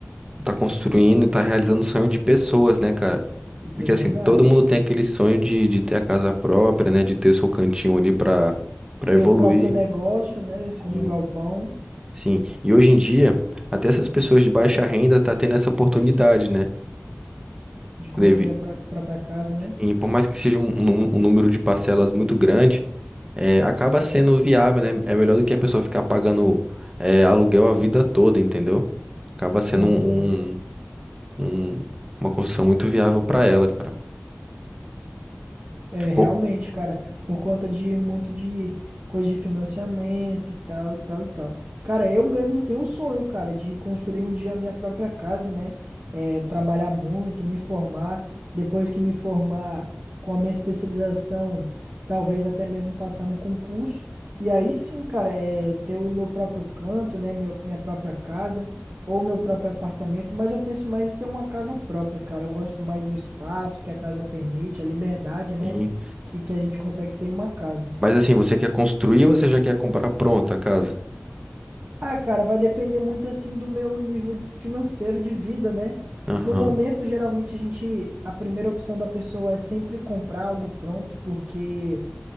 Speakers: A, on the right; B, on the right.
A: tá construindo e tá realizando o sonho de pessoas, né, cara?
B: Isso
A: Porque
B: é verdade,
A: assim, todo mundo
B: cara.
A: tem aquele sonho de, de ter a casa própria, né? De ter o seu cantinho ali para para evoluir.
B: Ter o próprio negócio, né?
A: Sim.
B: Como o galpão
A: Sim, e hoje em dia, até essas pessoas de baixa renda tá tendo essa oportunidade, né?
B: de
A: Deve-
B: construir a pró- própria casa, né?
A: E por mais que seja um, um- um número de parcelas muito grande, é, acaba sendo viável, né? É melhor do que a pessoa ficar pagando é, aluguel a vida toda, entendeu? Acaba sendo
B: Aham.
A: um, um- um- uma construção muito viável para ela, cara.
B: É, realmente,
A: Pô,
B: cara, por conta de muito de coisa de financiamento e tal, e tal, e tal. Cara, eu mesmo tenho um sonho, cara, de construir um dia a minha própria casa, né? É, trabalhar muito, me formar. Depois que me formar com a minha especialização, talvez até mesmo passar num concurso. E aí sim, cara, é ter o meu próprio canto, né? Meu, minha própria casa ou meu próprio apartamento. Mas eu penso mais em ter uma casa própria, cara. Eu gosto mais do espaço que a casa permite, a liberdade, né?
A: sim.
B: que, que a gente consegue ter em uma casa.
A: Mas assim, você quer construir ou você já quer comprar pronta a casa?
B: Ah, cara, vai depender muito assim do meu nível de- financeiro de vida, né?
A: Aham,
B: No momento, geralmente a gente, a primeira opção da pessoa é sempre comprar algo pronto, porque